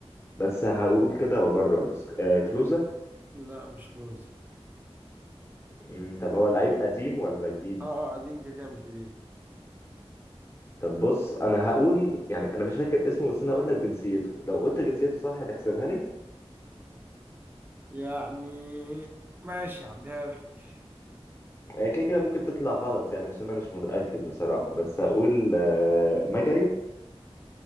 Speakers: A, on the left (about 25°); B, on the right (about 20°).
A: بس هقول كده واجرب بس آه كلوزا
B: لا مش كلوز
A: مم، طب هو لعيب قديم ولا جديد
B: اه اه قاعدين كده كده مش جديد
A: طب بص انا هقول يعني انا مش فاكر اسمه بس انا هقول لك جنسيته لو قلت جنسيته صح هتحسبها لي
B: يعني ماشي هعديها لك
A: هي كده كده ممكن تطلع غلط يعني عشان انا مش متاكد بصراحه بس هقول آه مجري